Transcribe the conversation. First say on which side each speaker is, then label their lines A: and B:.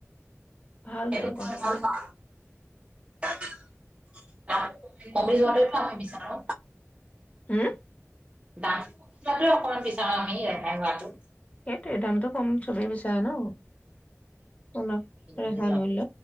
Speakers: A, on the left; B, on the right.
A: ভাল
B: এটো
A: তেনেকুৱা হ'লে
B: ভালা কমি যোৱাটোতো আমি বিচাৰো।
A: হম।
B: দান অকমান বিচাৰ ননটো
A: সেইটোৱে দামটো কম চবেই বিচাৰে ন'। অলপ ৰেহাই
B: মে যাম
A: মূল্য